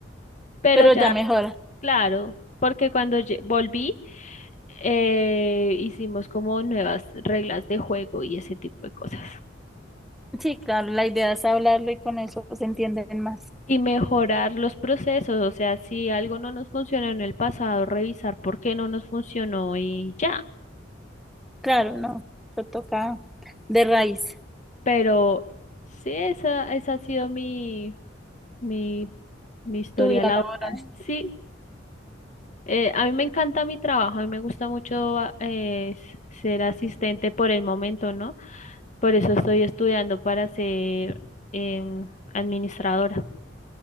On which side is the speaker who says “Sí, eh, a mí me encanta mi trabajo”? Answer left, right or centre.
Left